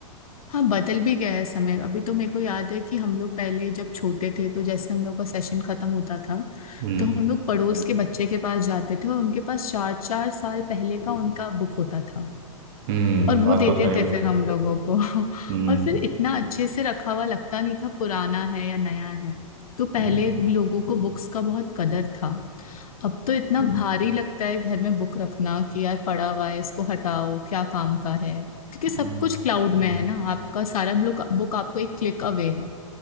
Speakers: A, on the left (about 75°); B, on the right (about 45°).
A: हाँ बदल भी गया है समय अभी तो मेरे को याद है कि हम लोग पहले जब छोटे थे तो जैसे हम लोग का सेशन खत्म होता था
B: हम्म
A: तो हम लोग पड़ोस के बच्चे के पास जाते थे और उनके पास चार चार साल पहले का उनका बुक होता था
B: हम्म
A: और वो
B: बात
A: देते
B: तो सही
A: थे
B: है
A: फिर हम लोगों को <laughs>
B: हम्म
A: और फिर इतना अच्छे से रखा हुआ लगता नहीं था पुराना है या नया है तो पहले
B: हम्म,
A: लोगों को बुक्स का बहुत कदर था अब तो इतना हम्म। भारी लगता है घर में बुक रखना कि यार पड़ा हुआ है इसको हटाओ क्या काम का है क्योंकि सब
B: हम्म,
A: कुछ क्लाउड में है हम्म, ना आपका सारा बुक बुक आपको एक क्लिक अवे है